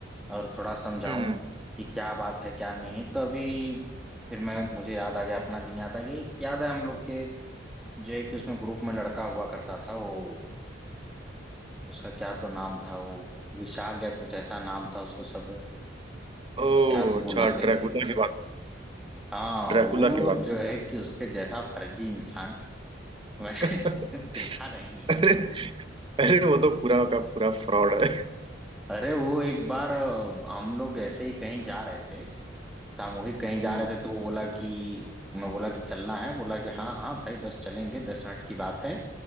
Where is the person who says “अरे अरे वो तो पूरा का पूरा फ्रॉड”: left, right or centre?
Right